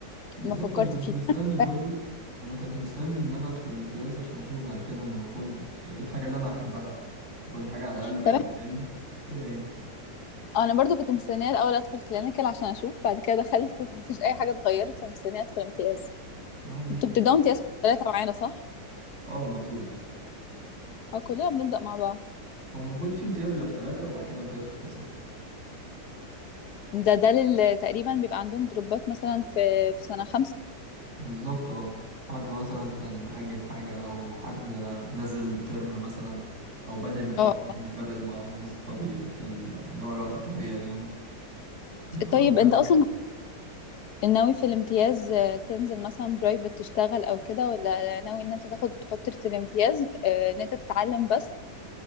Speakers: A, on the right; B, on the left.
A: بالظبط
B: ما فكرت
A: أنا كنت
B: فيه
A: مستني
B: <laughs>
A: برضو أنا كنت مستني إن أنا أدخل الامتياز عشان أشوف بعد كده إن المفروض إيه الحاجة اللي أنا أحبها تكون الحاجة على الأقل
B: طب
A: بقت
B: إحنا-
A: قدامي كده يعني
B: انا برضو كنت مستنيه الاول ادخل كلينيكال عشان اشوف بعد كده دخلت ومفيش اي حاجه اتغيرت فمستنيه ادخل امتياز
A: اه دي
B: انتوا
A: الفكرة
B: بتبداوا امتياز في ثلاثه معانا صح؟
A: اه المفروض
B: اه كلنا بنبدا مع بعض
A: هو المفروض في امتياز بيبقى في ثلاثة وبعد كده امتياز في تسعة
B: ده ده لل- تقريبا بيبقى عندهم دروبات مثلا في في سنة خمسة
A: بالظبط اه حد مثلا كان مأجل حاجة أو حد نزل ترم مثلا أو بادئ متأخر
B: اه
A: مش بادئ مع الناس الطبيعي في ال- اللي هو الوقت الطبيعي يعني بيدخلوا
B: طيب
A: امتياز
B: انت
A: وقت.
B: اصلا ناوي في الامتياز آه، تنزل مثلا برايفت تشتغل او كده ولا ناوي ان انت تاخد فترة الامتياز آه، ان انت تتعلم بس